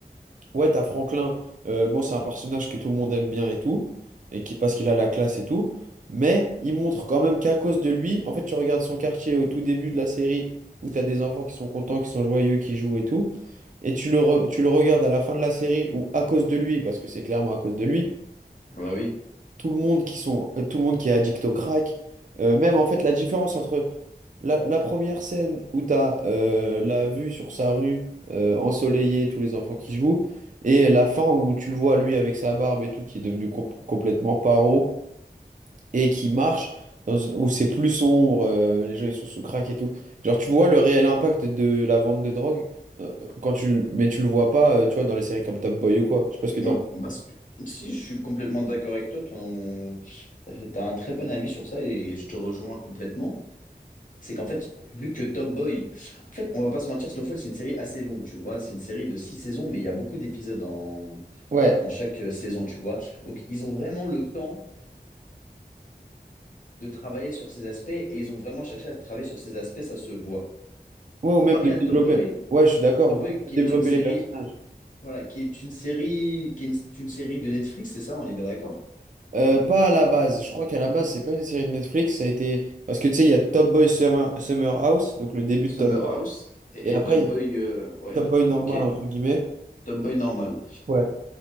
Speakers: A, on the right; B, on the left.
A: Ouais, t'as Franklin. euh, bon, c'est un personnage que tout le monde aime bien et tout, et qui parce qu'il a la classe et tout. Mais il montre quand même qu'à cause de lui, en fait, tu regardes son quartier au tout début de la série où t'as des enfants qui sont contents, qui sont joyeux, qui jouent et tout, et tu le, re- tu le regardes à la fin de la série où à cause de lui, parce que c'est clairement à cause de lui,
B: bah oui.
A: tout le monde qui sont, euh, tout le monde qui est addict au crack. Euh, même en fait, la différence entre la, la première scène où tu as la vue sur sa rue euh, ensoleillée, tous les enfants qui jouent, et la fin où tu le vois lui avec sa barbe et tout, qui est devenu com- complètement paro et qui marche, dans- où c'est plus sombre, euh, les gens ils sont sous crack et tout. Genre, tu vois le réel impact de la vente de drogue. euh, Quand tu, le- mais tu le vois pas, euh, tu vois, dans les séries comme Top Boy ou quoi. Je sais pas ce que t'en
B: Moi,
A: penses.
B: parce que si je suis complètement d'accord avec toi, ton... t'as un très bon avis sur ça et je te rejoins complètement. C'est qu'en fait, vu que Top Boy, en fait, on va pas se mentir, Snowfall, c'est une série assez longue, tu vois. C'est une série de six saisons, mais il y a beaucoup d'épisodes dans...
A: Ouais,
B: dans chaque euh, saison, tu vois. Donc, ils ont vraiment le temps de travailler sur ces aspects et ils ont vraiment cherché à travailler sur ces aspects, ça se voit.
A: Ouais, ou
B: Comparé
A: même de
B: à Top
A: développer.
B: Boy,
A: Ouais, je suis d'accord.
B: Top
A: on peut
B: Boy qui
A: Développer
B: est une série,
A: les personnages.
B: voilà, qui est une série, qui est une, une série de Netflix, c'est ça, on est bien d'accord?
A: Euh, pas à la base. Je crois qu'à la base, c'est pas une série de Netflix. Ça a été. Parce que tu sais, il y a Top Boy Summer, Summer House, donc le début
B: Summer
A: de Top Boy.
B: House et,
A: Et après,
B: et Top
A: il
B: Boy,
A: y a
B: euh, ouais,
A: Top Boy normal,
B: ok,
A: entre guillemets.
B: Top Boy normal.
A: Ouais.